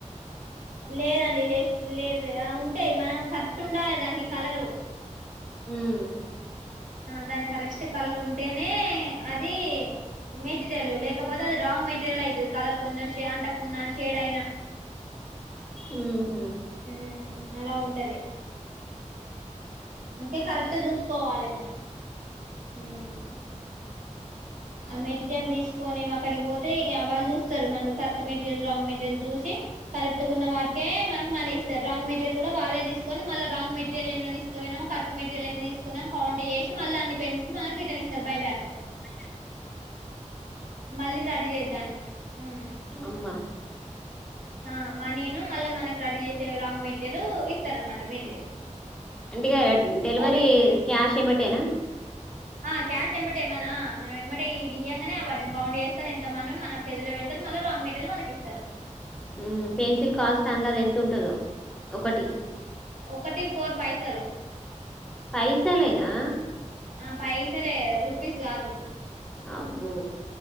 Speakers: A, on the right; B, in the centre.
A: లేదండి లేస్ లేదు లేదు ఉంటాయి మనం కరెక్ట్ ఉండాలి దానికి కలరు
B: ఉమ్
A: దానికి కరెక్ట్ కలర్ ఉంటేనే అది మెటీరియల్ లేకపోతే అది రాంగ్ మెటీరియల్ అయితది కలర్ కొంచెం షే అంటకున్నా షేడ్ అయినా
B: ఉహు
A: ఉమ్ అలా ఉంటది అందుకే కరెక్ట్ చూసుకోవాలి మనం ఉమ్ ఆ మెటీరియల్ తీసుకొని అక్కడికి పోతే ఇగ వాళ్ళు చూస్తారు మనది కరెక్ట్ మెటీరియల్ రాంగ్ మెటీరియల్ చూసి కరెక్ట్ గా ఉన్న వాటికే మనకి మనీ ఇస్తారు రాంగ్ మెటీరియల్ కూడా వాళ్ళే తీసుకు కొని మళ్ళ రాంగ్ మెటీరియలు ఎన్ని తీసుకుపోయినామో కట్ మెటీరియల్ ఎన్ని తీసుకున్నాం కౌంట్ చేసి మళ్ళ అన్ని పెన్సిల్స్ మనకి రిటన్ ఇస్ స్తారు బై బ్యాక్
B: బై బ్యాక్
A: మళ్ళీ రడి చేయడానికి ఉమ్
B: అమ్మ
A: ఆ మా నేను మళ్ళీ మనకు రెడీ చేసే రాంగ్ మెటీరియల్ ఇస్తారు అనమాట మెటీరియల్
B: ఇగ డెలివరీ
A: వాటి
B: క్యాష్ ఎంబటేనా
A: ఆ క్యాష్ ఎంబటే మన ఆ మనం ఎంబడే ఇయ్యంగానే వాటిని కౌంట్ చేస్తారు ఎంత మనో మన చేతిలో వెడతారు మళ్ళ రాంగ్ మెటీరియల్ మనకి ఇస్తారు
B: ఉమ్ పెన్సిల్ కాస్ట్ అంతది ఎంత ఉంటదో ఒకటి
A: ఒకటీ ఫోర్ పైసలు
B: పైసలేనా
A: ఆ పైసలే రూపీస్ కాదు
B: అబ్బో